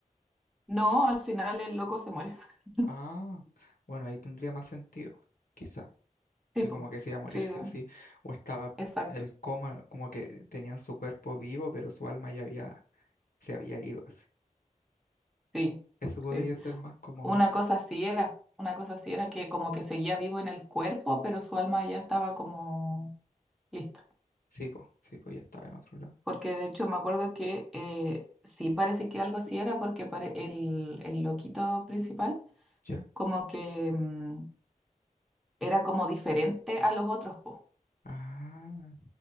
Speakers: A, in the centre; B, on the left.
A: No, al final el loco se muere. <laughs>
B: Ah, bueno, ahí tendría más sentido, quizá,
A: Tipo,
B: que como que se iba a morir
A: sí,
B: sí
A: da-
B: o sí, o estaba
A: exacto,
B: el coma, como que tenían su cuerpo vivo, pero su alma ya había, se había ido así.
A: sí,
B: Eso podría
A: sí.
B: ser más como,
A: Una cosa así era, una cosa así era que como que seguía vivo en el cuerpo, pero su alma ya estaba como Listo.
B: sí, pues, sí, pues ya estaba en otro lado.
A: Porque de hecho me acuerdo que eh, sí parece que algo así era porque pare- el, el loquito principal
B: ¿Ya?
A: como que mm, era como diferente a los otros, po.
B: Ah,